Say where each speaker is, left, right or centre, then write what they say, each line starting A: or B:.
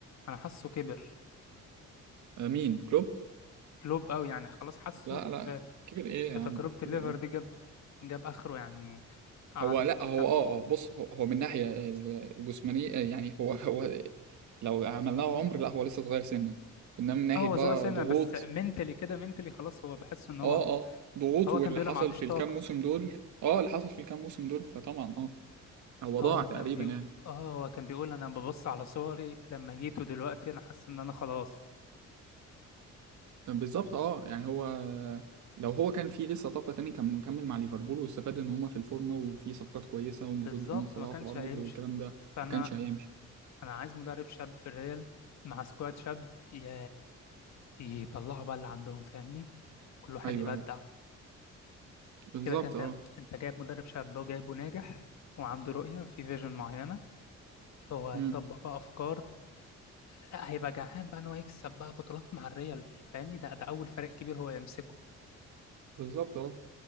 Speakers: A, on the left; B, on the right.
A: انا حاسه كبر
B: آه، مين كلوب
A: كلوب قوي يعني خلاص حاسه
B: لا
A: في
B: لا كبر ايه
A: في
B: يا عم
A: تجربه الليفر
B: كبر ايه
A: دي جاب جاب اخره يعني قعد
B: هو لا هو
A: كام
B: اه اه بص هو, هو من ناحيه الجسمانيه آه، يعني هو هو لو عملناه عمر لا هو لسه صغير سنا انما من ناحيه
A: اه هو
B: بقى
A: صغير سنا
B: ضغوط
A: بس منتلي كده منتلي خلاص هو بحس ان هو
B: اه اه ضغوط
A: هو
B: واللي
A: كان بيقول
B: حصل
A: انا ما عنديش
B: في الكام
A: طاقه
B: موسم دول اه اللي حصل في الكام موسم دول فطبعا اه هو ضاع
A: هو
B: تقريبا
A: كان بيقول
B: يعني
A: اه هو كان بيقول انا ببص على صوري لما جيت ودلوقتي انا حاسس ان انا خلاص
B: بالظبط اه يعني هو لو هو كان فيه لسه طاقة تاني كان مكمل مع ليفربول واستفاد ان هما في الفورمة وفي صفقات كويسة وموجود
A: بالظبط
B: محمد صلاح
A: ما كانش
B: وارنولد
A: هيمشي
B: والكلام ده
A: فانا
B: ما كانش هيمشي
A: انا عايز مدرب شاب في الريال مع سكواد شاب ي... يطلعوا بقى اللي عندهم فاهمني كل واحد
B: ايوه
A: يبدع
B: ايوه بالظبط
A: كده كان
B: اه
A: انت انت جايب مدرب شاب وجايبه ناجح وعنده رؤية في فيجن معينة فهو هيطبق
B: امم
A: بقى افكار لا هيبقى جعان بقى ان هو يكسب بقى بطولات مع الريال فاهمني ده ده اول فريق كبير هو يمسكه
B: بالظبط اه